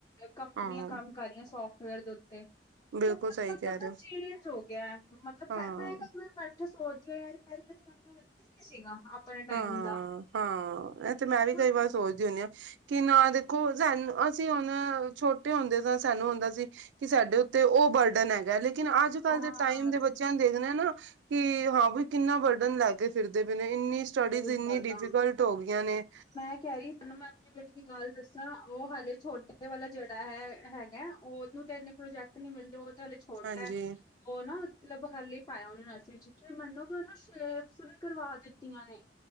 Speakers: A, on the left (about 25°); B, on the right (about 85°).
A: ਕੰਪਨੀਆਂ
B: ਹਾਂ
A: ਕੰਮ ਕਰ ਰੀਆਂ ਸੋਫਟਵੇਅਰ ਦੇ ਉੱਤੇ। ਸਭ
B: ਬਿਲਕੁਲ
A: ਕੁਛ
B: ਸਹੀ
A: ਮਤਲਬ
B: ਕਹਿ ਰਹੇ
A: ਨਾ
B: ਹੋ
A: ਚੇਂਜ ਹੋ ਗਿਆ, ਮਤਲਬ
B: ਹਾਂ
A: ਮੈਂ ਬੈਠੇ ਸੋਚਦੀ ਆ ਯਾਰ ਪੈਲੇ ਜਮਾਨਾ ਵਧੀਆ ਨੀ ਸੀਗਾ ਅਪਨੇ
B: ਹਾਂ
A: ਟਾਈਮ ਦਾ।
B: ਹਾਂ, ਏ ਤੇ ਮੈਂ ਵੀ ਕਈ
A: ਹਨਾ।
B: ਵਾਰ ਸੋਚਦੀ ਹੁੰਨੀ ਆ ਕਿ ਨਾ ਦੇਖੋ ਸਾਨੂੰ ਅਸੀ ਹੁਨ ਛੋਟੇ ਹੁੰਦੇ ਸਾ, ਸਾਨੂੰ ਹੁੰਦਾ ਸੀ ਕਿ ਸਾਡੇ ਉਤੇ ਉਹ ਬਰਡਨ ਹੈਗਾ ਲੇਕਿਨ ਅੱਜ ਕਲ
A: ਹਾਂ,
B: ਦੇ ਟਾਈਮ ਦੇ ਬੱਚੇਆਂ
A: ਬਿਲ
B: ਨੂੰ ਦੇਖਨੇ ਆ ਨਾ ਕਿ ਹਾਂ ਵੀ ਕਿਨਾ ਬਰਡਨ ਲੈਕੇ ਫਿਰਦੇ ਪਏ ਨੇ। ਇਨੀ ਸਟਡੀਜ
A: ਬਹੁਤ
B: ਇਨੀ
A: ਜ਼ਿਆਦਾ
B: ਡਿਫੀਕਲਟ ਹੋ ਗਈਆਂ ਨੇ
A: ਮੈਂ ਕੈ ਦੀ ਹੁਨ ਮੈਂ ਬੇਟੀ ਦੀ ਗੱਲ ਦੱਸਾਂ ੳਹ ਹਾਲੇ ਛੋਟੇ ਵਾਲਾ ਜੇੜਾ ਹੈ ਹੈਗਾ ੳਨੂੰ ਤੇ ਏਨੇ ਪ੍ਰੋਜੈਕਟ ਨੀ ਮਿਲਦੇ, ੳ ਤਾਂ ਹਾਲੇ ਛੋਟਾ
B: ਹਾਂਜੀ
A: ਐ, ੳ ਨਾ ਮਤਲਬ ਹਾਲੇ ਪਾਏਆ ੳਨੂੰ ਨਰਸਰੀ ਚ, ਤੇ ਮਨੋਗੇ ੳਨੂੰ ਸ਼ੇਪਸ ਵੀ ਕਰਵਾ ਦਿੱਤੀਆਂ ਨੇ।